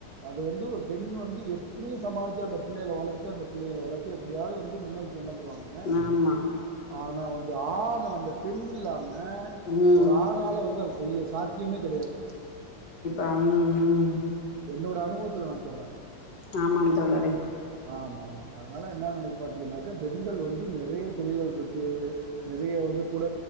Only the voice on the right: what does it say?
அது வந்து ஒரு பெண் வந்து எப்படியும் சமாளிச்சு அந்த பிள்ளைகள வளத்து அந்த பிள்ளைகள வளத்து எப்படியாவது வந்து முன்ன கொண்டு வந்துருவாங்க
ஆனா வந்து ஆண் அந்த பெண் இல்லாம ம
ஒரு ஆண்ணாள வந்து அது செய்ய சாத்தியமே கெடையாது
என்னோட அனுபவத்துல நா சொல்ற
ஆமாமா அதனால என்ன பாத்தீங்கன்னாக்கா பெண்கள் வந்து நெறைய தொழில்கள் இருக்கு நெறைய வந்து புட